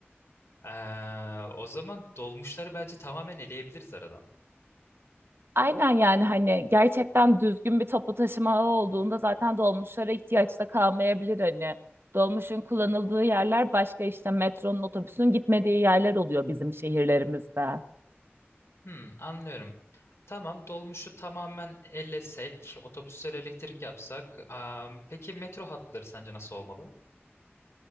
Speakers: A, on the left; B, on the right.
A: Ee, o zaman dolmuşları bence tamamen eleyebiliriz aradan.
B: Aynen yani hani gerçekten düzgün bir toplu taşıma ağı olduğunda zaten dolmuşlara ihtiyaç da kalmayabilir hani. Dolmuşun kullanıldığı yerler başka işte metronun otobüsün gitmediği yerler oluyor bizim şehirlerimizde.
A: Hmm, anlıyorum. Tamam, dolmuşu tamamen ellesek, otobüsleri elektrik yapsak. Am, peki metro hatları sence nasıl olmalı?